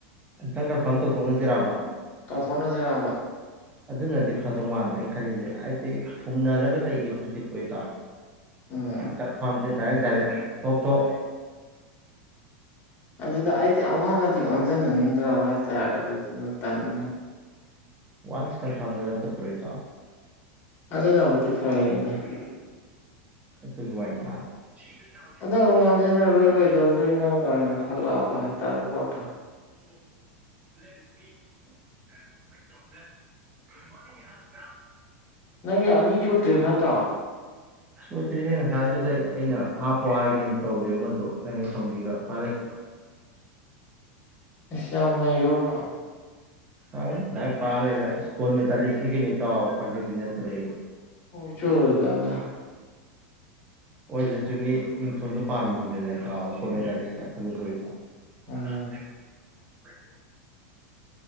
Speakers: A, on the right; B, on the left.
A: ꯑꯝꯇꯪ ꯀꯟꯐꯥꯔꯝ ꯇꯧꯊꯣꯛꯅꯖꯤꯔꯕ꯫
B: ꯇꯧꯊꯣꯔꯅꯖꯤꯔꯕ꯫
A: ꯑꯗꯨꯅꯗꯤ ꯐꯗꯧ ꯃꯥꯟꯕ ꯑꯩꯅ ꯈꯜꯂꯤꯖꯦ ꯍꯥꯏꯗꯤ ꯐꯨꯝꯅꯔꯒ ꯂꯩꯒꯤꯕꯕꯨꯗꯤ ꯀꯣ ꯏꯇꯥꯎ꯫
B: ꯎꯝ
A: ꯀꯟꯐꯥꯝꯗ ꯗꯥꯏꯔꯦꯛ ꯗꯥꯏꯔꯦꯛ ꯊꯣꯛ ꯊꯣꯛ
B: ꯑꯗꯨꯗ ꯑꯩꯗꯤ ꯑꯃꯨꯛ ꯍꯟꯅꯗꯤ ꯑꯣꯟꯖꯟꯅꯅꯤꯡꯗ꯭ꯔꯕ ꯍꯥꯏꯇꯥꯔꯦ ꯑꯗꯨꯗꯨꯅ ꯇꯟ
A: ꯋꯥꯟꯁ ꯀꯟꯐꯥꯝꯗꯨꯅ ꯄꯠꯇ꯭ꯔꯣ ꯏꯇꯥꯎ꯫
B: ꯑꯗꯨꯅꯕꯨꯗꯤ ꯐꯩ <unintelligible>
A: <unintelligible>
B: ꯑꯗꯣ ꯑꯃꯨꯛ ꯑꯣꯟꯁꯤꯟꯅꯔꯣꯏ <unintelligible> ꯀꯥꯏꯅ ꯈꯜꯂꯑꯕ ꯍꯥꯏ ꯇꯥꯔꯦ <unintelligible> <unintelligible>
A: <inaudible>
B: ꯅꯪꯒꯤ ꯑꯅꯤꯁꯨꯗ꯭ꯔꯤꯝ ꯅꯠꯇ꯭ꯔꯣ꯫
A: ꯁꯨꯗ꯭ꯔꯤꯍꯦ ꯉꯁꯥꯏꯗꯨꯗꯩ ꯑꯩꯅ ꯍꯥꯞꯄꯣ ꯍꯥꯏꯒꯦꯅ ꯇꯧꯔꯦ ꯑꯃꯗꯣ ꯅꯪ ꯍꯦꯛ ꯊꯝꯒꯤꯒ ꯄꯥꯏꯔꯛꯇꯦ꯫
B: ꯏꯁ ꯌꯥꯝ ꯅꯩꯒ꯭ꯔꯕ ꯃꯥ꯫
A: ꯑꯥꯏ ꯂꯥꯏꯔꯤꯛ ꯄꯥ ꯂꯩꯔꯦ ꯏꯁ ꯒꯣꯜ ꯃꯦꯗꯥꯂꯤꯁꯅꯤ ꯀꯩꯅꯣ ꯏꯇꯥꯎ ꯐꯒꯤꯗꯤ ꯅꯠꯇ꯭ꯔꯦ꯫
B: ꯑꯣꯏꯖꯨ ꯑꯣꯏꯔꯣꯏꯗꯕꯗ꯫
A: ꯑꯣꯏꯗ꯭ꯔꯖꯨ ꯃꯤ ꯃꯤꯡꯊꯣꯟꯗꯣ ꯄꯥꯝꯃꯤꯅꯤꯗꯅ ꯏꯇꯥꯎ ꯒꯣꯜ ꯃꯦꯗꯥꯂꯤꯁ ꯀꯥꯏ <unintelligible>
B: ꯎꯝ
A: <unintelligible>